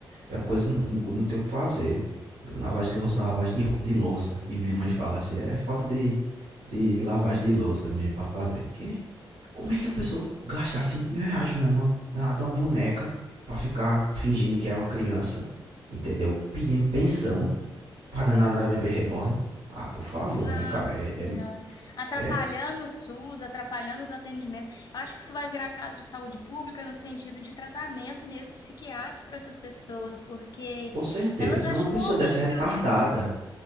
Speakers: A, on the right (about 85°); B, on the left (about 45°).
A: É coisa, não, não não tenho o que fazer. Lavagem de louça, não, lavagem de, rou- de louça, que minha mãe fala assim, é, é falta de, de, de lavagem de louça mesmo pra fazer. Porque como é que a pessoa gasta cinco mil reais, Juliana, mano, danada uma boneca pra ficar fingindo que é uma criança, entendeu? Pedindo pensão pra danada da bebê reborn. Ah, por favor,
B: Nossa
A: né, cara? É,
B: Senhora.
A: é,
B: Atrapalhando
A: é,
B: o SUS, atrapalhando os atendimentos. Eu acho que isso vai virar caso de saúde pública no sentido de tratamento mesmo psiquiátrico para essas pessoas, porque
A: com certeza.
B: elas acham
A: Uma pessoa
B: horrível.
A: dessa é retardada.